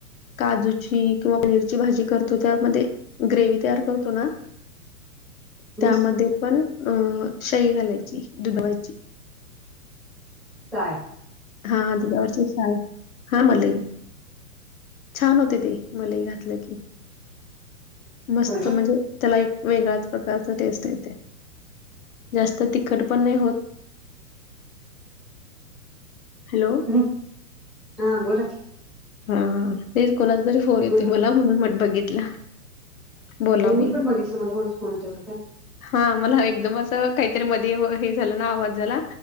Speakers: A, on the left; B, in the centre.
A: काजूची किंवा पनीरची भाजी करतो त्यामध्ये ग्रेवी तयार करतो ना
B: हम्म
A: त्यामध्ये पण अं शई घालायची दुधवायची
B: साय
A: हाा तुच्या वर्षच आहे हा मलई छान होते ते मलई घातलं की मस्त
B: होय ना
A: म्हणजे त्याला एक वेगळ्याच प्रकारचा टेस्ट येते जास्त तिखट पण नाही होत हॅलो
B: हम् हा बोला क
A: हा तेच कोणाचा तरी होोन येतोय
B: मग
A: मलाण बघितलं बोला
B: मग मी
A: बोला
B: पण बघितलं मला कोणाचा फोन येतोय का काय
A: हा मला एकदमं काहीतरी मध्ये हे झालं ना आवाज झाला